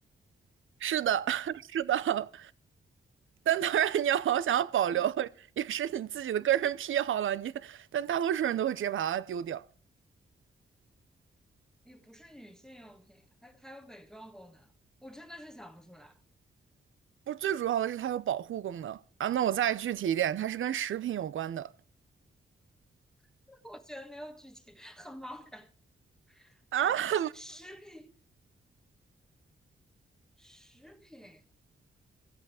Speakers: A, on the right (about 70°); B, in the centre.
A: 是的，<laughs> 是的，但当然，你要想要保留，也是你自己的个人癖好了。你，但大多数人都会直接把它丢掉。
B: 也不是女性用品，还还有美妆功能，我真的是想不出来，
A: 不是，最主要的是它有保护功能啊。那我再具体一点，它是跟食品有关的
B: <laughs> 我觉得没有剧情，很茫然。
A: 啊。
B: 宝，食品食品，